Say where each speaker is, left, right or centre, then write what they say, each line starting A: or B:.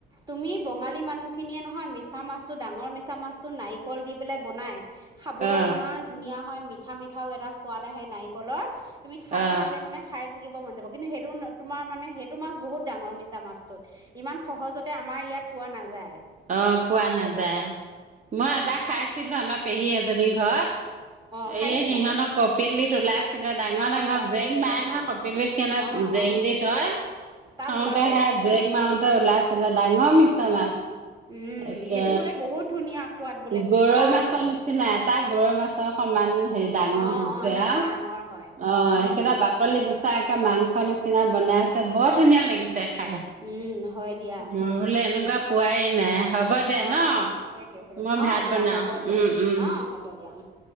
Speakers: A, on the right; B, on the right.
A: তুমি বঙালী মানুহখিনিয়ে নহয় মিছা মাছটো ডাঙৰ মিছা মাছ নাৰিকল দি পেলাই বনায় খাবলৈ
B: অ
A: ইমান ধুনীয়া হয় মিঠা পিঠা মিঠাও এটা সোৱাদ আহে নাৰিকলৰ তুমি খাই
B: অ
A: থাকিলে মানে খাই থাকিব মন যাব কিন্তু সেটো তোমাৰ মানে সেইটো মাছ বহুত ডাঙৰ মিছা মাছ। ইমান সহজতে আমাৰ ইয়াত পোৱা নাযায়।
B: অঁ পোৱা
A: সেইটো
B: নাযায়, মই
A: অ
B: এবাৰ খাইছিলো আমাৰ পেহী এজনী ঘৰত।
A: অ খাইছিলা
B: এইয়া সিহঁতক <unintelligible> ছিলে ডাঙৰ
A: অ
B: ডাঙৰ
A: সেইটোৱে
B: জেং মাৰে
A: সেইটোৱে
B: নহয় কপিলিত কেনে
A: অ
B: জেং
A: অ
B: দি থয়,
A: তাত
B: থওতে
A: ওলাব
B: সেই
A: উম
B: জেং মাৰোতে ওলাই <unintelligible> ডাঙৰ মিছা মাছ। একে
A: উম সেইটো বোলে বহুত ধুনীয়া সোৱাদ বোলে
B: গৰৈ
A: মিঠা
B: মাছৰ
A: একেবাৰে
B: নিচিনা এটা গৰৈ মাছ অকমান হেৰি ডাঙৰ
A: অ
B: হৈছে
A: অ ডাঙৰ
B: আও,
A: ডাঙৰ হয়
B: অ
A: উম
B: সেইকেইটা বাকলি সচাকৈ মাংস নিচিনা বনাই আছে, বৰ ধুনীয়া লাগিছে। খাই
A: উম হয় দিয়া,
B: মই বোলে এনেকুৱা পোৱাই নাই হ'ব দিয়া
A: অ'
B: ন
A: সেইটোৱে- সেইটোৱে,
B: মই
A: অ
B: ভাত
A: দিয়া
B: বনাও
A: হ'ব দিয়া
B: উম উম
A: অ হ'ব দিয়া উম্।